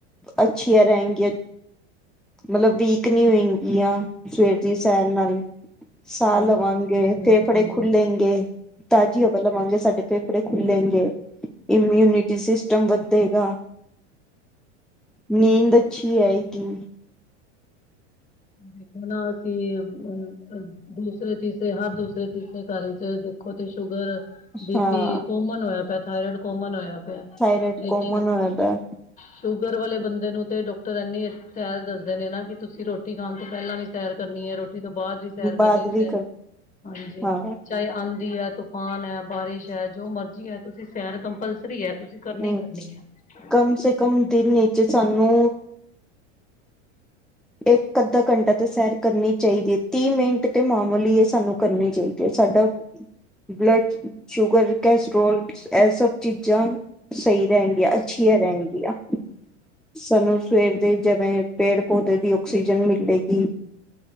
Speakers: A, in the centre; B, on the left.
A: ਅੱਛੀਆਂ ਰਹਿਣਗੀਆਂ। ਮਤਲਬ ਵੀਕ ਨੀ ਹੋਏਗੀ ਆ ਸਵੇਰ ਦੀ ਸੈਰ ਨਾਲ
B: ਸਰੀਰ
A: ਸਾਹ ਲਵਾਂਗੇ
B: ਮਜ਼ਬੂਤ ਬਣਦਾ
A: ਤੇ
B: ਹੈ। ਹਾਂਜੀ
A: ਬੜੇ ਖੁੱਲੇਗੇ ਤਾਜ਼ੀ ਹਵਾ ਲਵਾਂਗੇ ਸਾਡੇ ਫੇਪੜੇ ਖੁੱਲੇਗੇ ਇਮਿਊਨਿਟੀ ਸਿਸਟਮ ਵੱਧੇਗਾ ਨੀਂਦ ਅੱਛੀ ਆਏਗੀ।
B: ਦੇਖੋ ਨਾ ਅਸੀਂ ਆ ਆ ਦੂਸਰੇ ਤੀਸਰੇ ਹਰ ਦੂਸਰੇ ਤੀਸਰੇ ਘਰ ਚ ਦੇਖੋ ਤੇ ਸ਼ੂਗਰ ਬੀ
A: ਹਾਂ
B: ਪੀ ਕੋਮਨ ਹੋਇਆ ਪਿਆ ਥਾਇਰਾਇਡ ਕੋਮਨ ਹੋਇਆ ਪਿਆ
A: ਥਾਇਰਡ
B: ਲੇਕਿਨ
A: ਕੋਮਨ ਹੋ ਜਾਂਦਾ
B: ਸ਼ੂਗਰ ਵਾਲੇ ਬੰਦੇ ਨੂੰ ਤੇ ਡਾਕਟਰ ਇੰਨੀ ਹੈਲ ਦੱਸਦੇ ਨੇ ਨਾ ਕਿ ਤੁਸੀਂ ਰੋਟੀ ਖਾਣ ਤੋਂ ਪਹਿਲਾਂ ਵੀ ਸੈਰ ਕਰਨੀ ਐ ਰੋ ਰੋਟੀ ਤੋਂ ਬਾਅਦ ਵੀ ਸੈਰ
A: ਬਾਤ
B: ਕਰਨੀ
A: ਵੀ
B: ਸੈਰ ਹਾਂਜੀ
A: ਹਾਂ
B: ਚਾਹੇ ਆਂਦੀ ਏ ਧੁੱਪ ਤੂਫਾਨ ਹੈ ਬਾਰਿਸ਼ ਹੈ ਜੋ ਮਰਜ਼ੀ ਹੈ ਤੁਸੀਂ ਸੈਰ ਕੰਪਲਸਰੀ ਹੈ ਤੁਸੀਂ ਕਰਨੀ
A: ਹਮ
B: ਈ ਕਰਨੀ ਐ।
A: ਕਮ ਸੇ ਕਮ ਦਿਨ ਨੀਚੇ ਸਾਨੂੰ ਇੱਕ ਅੱਧਾ ਘੰਟਾ ਤੇ ਸੈਰ ਕਰਨੀ ਚਾਹੀਦੀ ਏ ਤੀਹ ਮਿੰਟ ਤੇ ਮਾਮੂਲੀ ਏ ਸਾਨੂੰ ਕਰਨੀ ਚਾਹੀ ਤੇ ਸਾਡਾ, ਬਲੱਡ 'ਚ ਸ਼ੂਗਰ, ਕੈਸਟਰ੍ਰੋਲ ਏ ਸਭ ਚੀਜ਼ਾਂ ਸਹੀ ਰੈਣਗੀਆਂ, ਅੱਛੀਆਂ ਰੈਣਗੀਆਂ। ਸਾਨੂੰ ਸਵੇਰ ਦੇ ਜਿਵੇਂ ਪੇੜ ਪੌਦੇ ਦੀ ਆਕਸੀਜਨ ਮਿਲੇਗੀ